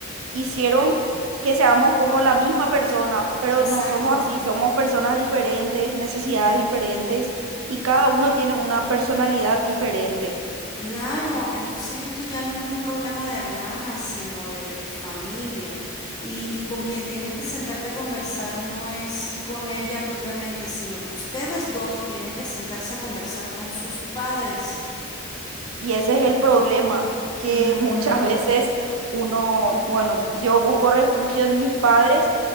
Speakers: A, on the right (about 85°); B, on the left (about 20°).
A: hicieron que seamos como la misma persona, pero
B: Exacto.
A: no somos así, somos personas diferentes, necesidades diferentes y cada uno tiene una personalidad diferente.
B: Claro, entonces esto ya no es un problema de hermanas, sino de, de familia. Y, y con quien tienes que sentarte a conversar no es con ella propiamente, sino que ustedes dos tienen que sentarse a conversar con sus padres.
A: Y ese es el problema, que
B: Mm,
A: muchas veces uno, bueno, yo busco refugio en mis padres,